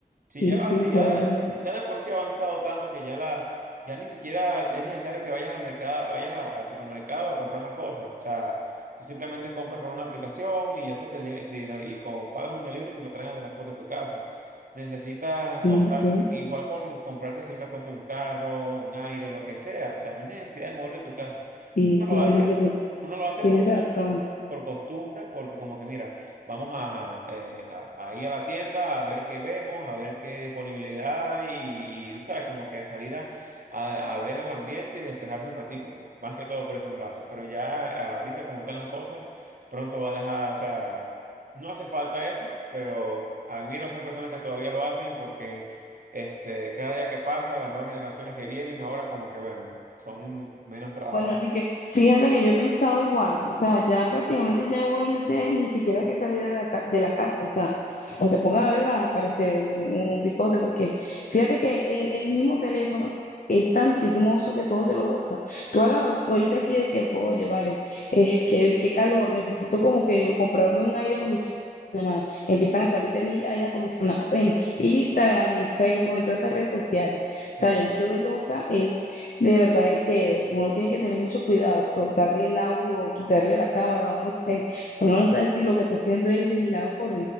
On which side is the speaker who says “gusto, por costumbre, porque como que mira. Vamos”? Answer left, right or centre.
Right